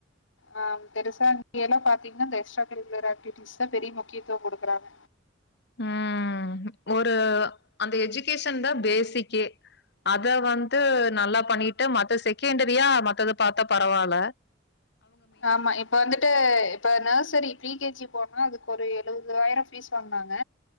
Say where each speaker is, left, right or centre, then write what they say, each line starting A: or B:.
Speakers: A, on the left; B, on the left.
A: ஆ பெருசா இங்க எல்லா பாத்தீங்கன்னா இந்த எக்ஸ்ட்ரா கரிக்குலர் ஆக்டிவிட்டிஸ் தா பெரிய முக்கியத்துவ குடுக்குறாங்க
B: ம் ஒரு அந்த எஜுகேஷன் தா பேசிக்கே அத வந்து நல்லா பண்ணிட்டு மத்த செகண்டரியா மத்தத பாத்தா பரவால
A: ஆமா இப்ப வந்து ட்டு இப்ப நர்சரி ப்ரி கே ஜி போட்னுனா அதுக்கு ஒரு எழுவது ஆயிரோ ஃபீஸ் வாங்னாங்க